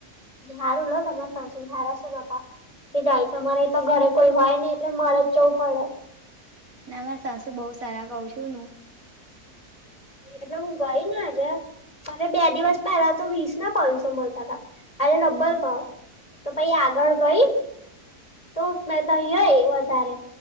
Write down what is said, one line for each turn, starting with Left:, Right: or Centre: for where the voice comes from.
Left: હારું લો તમારે સાસું સારા છે પાપા કે જાય છે અમારે તો ઘરે કોઈ હોય નઈ એટલે મારે જ જવું પડે
Right: ના અમા સાસુ બહ સારા કઉ છું નું
Left: એટલે હું ગઈ ને આજે અરે બે દિવસ પહેલા તો વીસ ના પાંચસો મળતા હતા અનેરે ડબ્બલ ભાવ તો પાઈ આગળ ગઈ તો નહીય વધારે